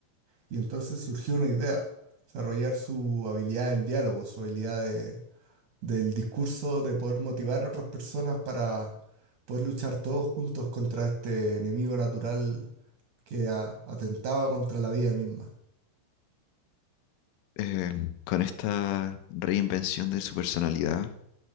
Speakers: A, on the right; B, on the left.
A: Y entonces surgió una idea, desarrollar su habilidad del diálogo, su habilidad de, del discurso de poder motivar a otras personas para poder luchar todos juntos contra este enemigo natural que a- atentaba contra la vida misma.
B: Eh, con esta reinvención de su personalidad,